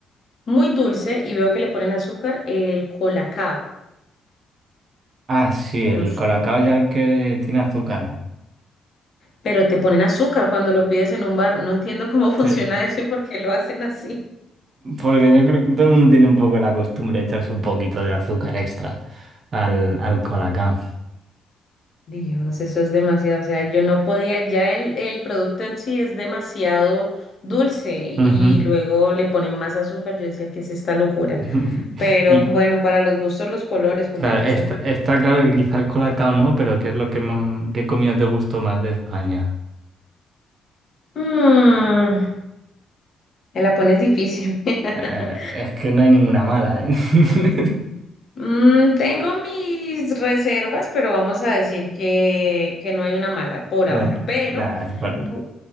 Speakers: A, on the left; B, on the right.
A: muy dulce y veo que le ponen azúcar? El colacao,
B: Ah, sí, el
A: no sé.
B: colacao ya que tiene azúcar.
A: Pero te ponen azúcar cuando lo pides en un bar. No entiendo cómo <laughs> funciona
B: Sí.
A: eso y por qué lo hacen así.
B: Porque yo creo que todo el mundo tiene un poco la costumbre de echarse un poquito de azúcar extra al, al colacao.
A: Dios, eso es demasiado. O sea, yo no podía, ya el, el producto en sí es demasiado dulce y
B: Ujú.
A: luego le ponen más azúcar. Yo decía que es esta locura.
B: <laughs>
A: Pero
B: Y
A: bueno, para los gustos, los colores, como
B: claro,
A: dicen.
B: está, está claro que quizá el colacao no, pero ¿qué es lo que más- qué comida te gustó más de España?
A: Mm, me la pones difícil. <laughs>
B: Eh, es que no hay ninguna mala, ¿eh? <laughs>
A: Mm, tengo mis reservas, pero vamos a decir que, que no hay una mala por
B: Nah,
A: ahora. Pero,
B: nah, es por-
A: bu-